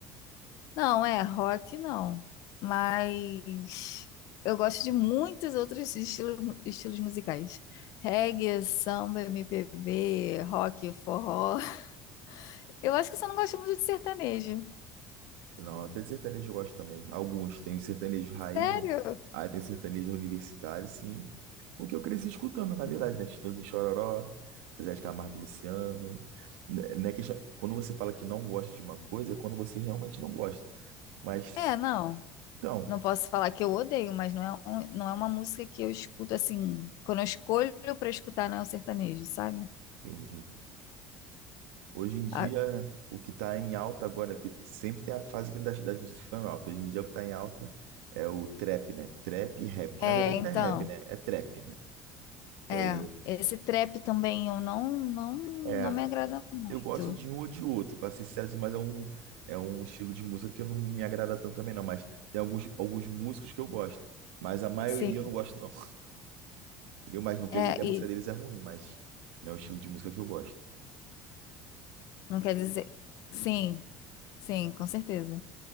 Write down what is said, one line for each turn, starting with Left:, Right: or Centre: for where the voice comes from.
Left: Não, é rock não, mas eu gosto de muitos outros estilos, estilos musicais. Reggae, samba, MPB, rock, forró. <laughs> Eu acho que eu só não gosto muito de sertanejo.
Right: Não, até de sertanejo eu gosto também. Alguns. Tem o sertanejo raiz,
Left: Sério?
Right: né? Aí tem o sertanejo universitário, sim. Porque eu cresci escutando, na verdade, né? Chitãozinho e Chororó, Zezé de Camargo e Luciano. Né, né, questão- Quando você fala que não gosta de uma coisa, é quando você realmente não gosta. Mas,
Left: É, não.
Right: então,
Left: Não posso falar que eu odeio, mas não é, um- não é uma música que eu escuto assim, quando eu escolho para escutar não é o sertanejo, sabe?
Right: entendi. Hoje em dia,
Left: Ah,
Right: né, o que está em alta agora, porque sempre tem a fase que das, das músicas que estão em alta. Hoje em dia, o que está em alta é o trap, né? Trap e rap, que
Left: É,
Right: na verdade
Left: então,
Right: não é rap, né? É trap, né? Que
Left: é,
Right: aí,
Left: esse trap também eu não não
Right: é,
Left: não me agrada muito.
Right: eu gosto de um ou de outro, para ser sincero, assim, mas é um, é um estilo de música que eu não me agrada tanto também, não. Mas tem alguns, alguns músicos que eu gosto, mas a maioria
Left: Sim.
Right: eu não gosto, não. <laughs> Entendeu? Mas não quer
Left: É,
Right: dizer que a música
Left: e
Right: deles é ruim, mas não é o estilo de música que eu gosto.
Left: Não quer dizer. Sim, sim, com certeza.